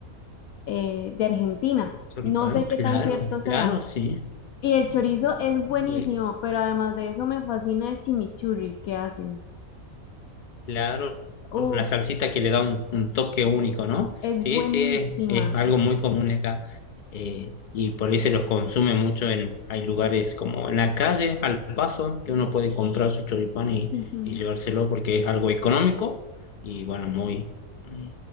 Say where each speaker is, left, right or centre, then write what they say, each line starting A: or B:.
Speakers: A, on the left; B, on the left.
A: eh, de Argentina.
B: choripán,
A: No sé qué
B: claro,
A: tan cierto sea.
B: claro, sí.
A: Y el chorizo es buenísimo,
B: eh,
A: pero además de eso me fascina el chimichurri que hacen.
B: Claro,
A: Uf,
B: la salsita que le da un, un toque único, ¿no?
A: es
B: Sí,
A: buenísima.
B: sí, es, es algo muy común acá. eh, y por ahí se los consume mucho en, hay lugares como en la calle, al paso, que uno puede comprar su choripán y,
A: Ujú,
B: y llevárselo porque es algo económico y bueno, muy, mm,